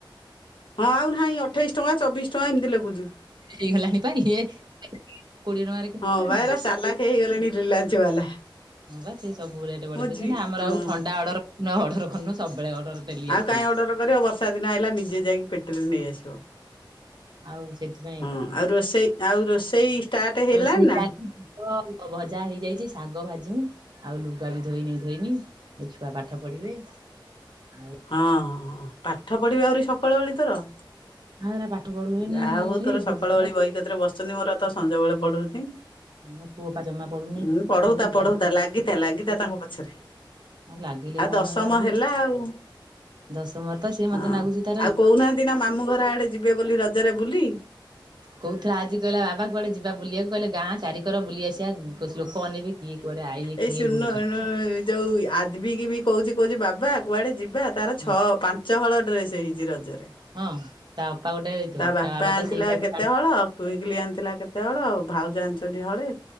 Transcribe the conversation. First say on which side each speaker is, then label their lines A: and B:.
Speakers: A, on the left (about 70°); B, on the right (about 55°).
A: ହଁ ଆଉ ନାହିଁ ଅଠେଇଶ ଟଙ୍କା ଚବିଶ ଟଙ୍କା ଏମିତି ଲାଗୁଛି।
B: ହେଇଗଲାଣି ପା ଇଏ କୋଡିଏ ଟଙ୍କାରେ କିଣିଲାଣି।
A: ହଁ ପା ଏରା ଚାଲାଖ ହେଇଗଲାଣି ରିଲାଞ୍ଚ ବାଲା।
B: ହଁ ବା ସେ ସବୁ ରେଟ ବଢେଇ
A: ମୋ
B: ଦଉଛନ୍ତି
A: ଝି
B: ନା ଆମର
A: ହଁ।
B: ଆଉ ଥଣ୍ଡା ଅର୍ଡର ଅର୍ଡର କରୁ ସବୁବେଳେ ଅର୍ଡର ଡେଲି
A: ଆଉ
B: ଆସୁଥିଲା।
A: କାହିଁ ଅର୍ଡର କରିବ ବର୍ଷା ଦିନ ଆଇଲା ନିଜେ ଯାଇଁ ପେଟିରୁ ନେଇଆସିବ।
B: ଆଉ ସେଥିପାଇଁ ଇଏ
A: ହଁ
B: କରିନୁ
A: ଆଉ ରୋଷେଇ ଆଉ ରୋଷେଇ ଷ୍ଟାର୍ଟ ହେଲାଣି
B: ରୋଷେଇ
A: ନା?
B: କାତି ହ ଭଜା ହେଇଯାଇଛି ଶାଗ ଭାଜିମି ଆଉ ଲୁଗା ବି ଧୋଇନି ଧୋଇମି। ଏଇ ଛୁଆ ପାଠ ପଢ଼ିବେ ଆ
A: ହଁ ହଁ ପାଠ ପଢ଼ିବି ଆହୁରି ସକାଳ ବେଳୀ ତୋର
B: ଆଉ ଏରା ପାଠ ପଢୁବେନି
A: ଯାହା ହଉ ତୋର
B: ଏଇ
A: ସକାଳ
B: ବୁଲୁଚୁ
A: ବେଳି ବହି କତିରେ ବସିଛନ୍ତି ମୋର ତ ସଞ୍ଜ ବେଳେ ପଢ଼ନ୍ତି।
B: ମୋ ପୁଅ ପା ଜମା ପଢୁନି
A: ହଁ ପଢତା
B: ଖାଉଛି
A: ପଢଉତା ଲାଗିଥା ଲାଗିଥା ତାଙ୍କ ପଛରେ
B: ଲାଗିଲେ
A: ଆ
B: କଣ
A: ଦଶମ
B: ଏରା ହେବେ
A: ହେଲା ଆଉ
B: ଦଶମରେ ତ ସିଏ ମତେ
A: ହଁ
B: ନାଗୁଛି ତାର
A: ଆଉ କହୁନାହାନ୍ତି ନା ମାମୁଁ ଘର ଆଡେ ଯିବେ ବୋଲି ରଜରେ ବୁଲି।
B: କହୁଥିଲା ଆଜି କହିଲା ବାବା କୁଆଡ଼େ ଯିବା ବୁଲିବାକୁ କହିଲେ ଗାଁ ଚାରିିକର ବୁଲି ଆସିବା ଲୋକ ଅନେଇବେ। କିଏ କୁଆଡ଼େ ଆଇଲେ
A: ଏଇ
B: କିଏ
A: ଶୂନ
B: ବୁଲୁଛନ୍ତି।
A: ଯୋଉ ଆଦିବିକି ବି କହୁଛି କହୁଛି ବାବା କୁଆଡ଼େ ଜି ଏବେ ତାର ଛଅ
B: ହଁ
A: ପାଞ୍ଚ ହଳ ଡ୍ରେସ ହେଇଛି ରଜରେ।
B: ହଁ ତା ବାପା ଗୋଟେ ଦେଇଥିବ
A: ତା ବାପା
B: ବାବା
A: ଆଣିଥିଲା
B: ତ ସେଇ ଭାଉଜ
A: କେତେ ହଳ ଟୁଇଁକିଲି ଆଣିଥିଲା କେତେ ହଳ ଆଉ ଭାଉଜ ଆଣିଛନ୍ତି ହଳେ।